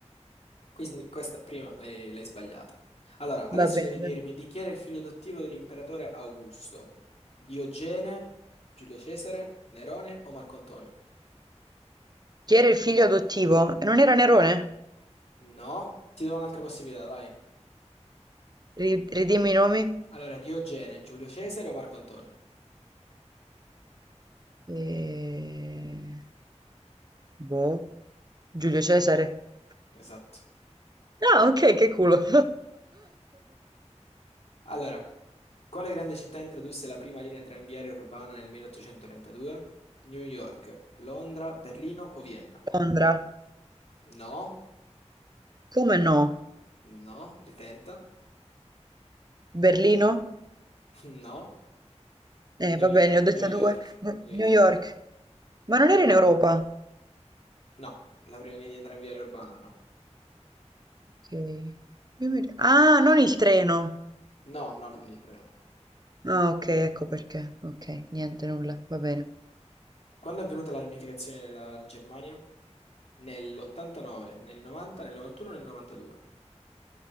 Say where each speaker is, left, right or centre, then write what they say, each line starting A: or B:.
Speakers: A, on the left; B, on the right.
A: quindi questa prima l'hai l'hai sbagliata. Allora, adesso
B: Va bene.
A: devi dirmi di chi era il figlio adottivo dell'imperatore Augusto? Diogene, Giulio Cesare, Nerone o Marco Antonio?
B: Chi era il figlio adottivo? Non era Nerone?
A: No, ti do un'altra possibilità, vai.
B: Ri- ridimmi i nomi.
A: Allora, Diogene, Giulio Cesare o Marco Antonio?
B: Eh, Boh. Giulio Cesare.
A: Esatto.
B: Ah, ok, che culo. <laughs>
A: Allora, Quale grande città introdusse la prima linea tranviaria urbana nel 1832? New York, Londra, Berlino o Vienna?
B: Londra.
A: No,
B: Come no?
A: no, ritenta.
B: Berlino?
A: <laughs> No,
B: Eh,
A: New,
B: vabbè, ne ho dette
A: New York,
B: due. New
A: New
B: New
A: York.
B: York. Ma non era in Europa?
A: No, la prima linea tranviaria urbana, no.
B: Ok. Io mi- Ah, non il treno.
A: No, no, non il treno.
B: Ah, ok, ecco perché. Ok, niente, nulla, va bene.
A: Quando è avvenuta la riunificazione della Germania? Nell'89, nel 90, nel 91, nel 92?